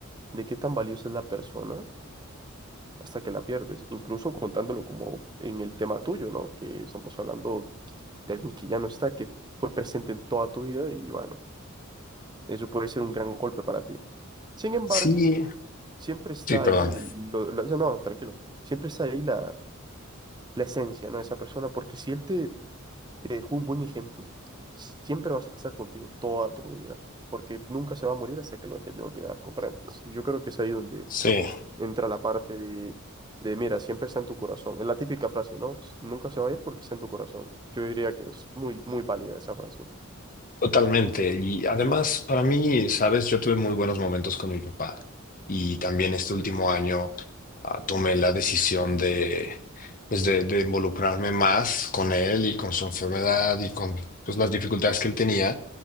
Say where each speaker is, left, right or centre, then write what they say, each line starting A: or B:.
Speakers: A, on the right (about 20°); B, on the left (about 40°).
A: de qué tan valiosa es la persona hasta que la pierdes, incluso contándolo como en el tema tuyo, ¿no? Que estamos hablando de alguien que ya no está, que fu- fue presente en toda tu vida y bueno, eso puede ser un gran golpe para ti. Sin embargo,
B: sí,
A: siempre está
B: sí, perdón.
A: ahí, el- lo- lo- eso no, tranquilo, siempre está ahí la, la esencia, ¿no? de esa persona, porque si él te, te dejó un buen ejemplo, si, siempre va a estar contigo toda tu vida, porque nunca se va a morir hasta que lo dejes de olvidar, ¿comprendes? Y yo creo que es ahí donde
B: Sí.
A: entra la parte de, de, mira, siempre está en tu corazón, es la típica frase, ¿no? Nunca se va a ir porque está en tu corazón. Yo diría que es muy, muy válida esa frase.
B: Totalmente. Y además, para mí, sabes, yo tuve muy buenos momentos con mi papá. Y también este último año ah, tomé la decisión de, pues de, de involucrarme más con él y con su enfermedad y con pues, las dificultades que él tenía.